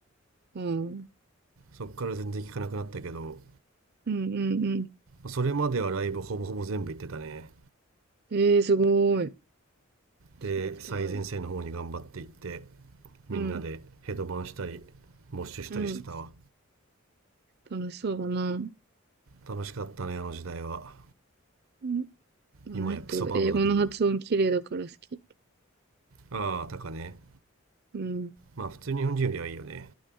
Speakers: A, on the right (about 50°); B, on the right (about 75°).
A: あー、うん、
B: そっから全然聞かなくなったけど、
A: うん、うん。
B: それまではライブほぼほぼ全部行ってたね。
A: ええー、すごい。
B: で、
A: 私も行きたい。
B: 最前線の方に頑張って行って、みんなでヘドバンしたり
A: うん、
B: モッシュしたりしてたわ
A: うん。楽しそうだな。
B: 楽しかったねあの時代は
A: うん。あの人、
B: 今やクソバンドだけど
A: 英語の発音綺麗だから好き。
B: なああタカね
A: うん、
B: まあ普通日本人よりはいいよね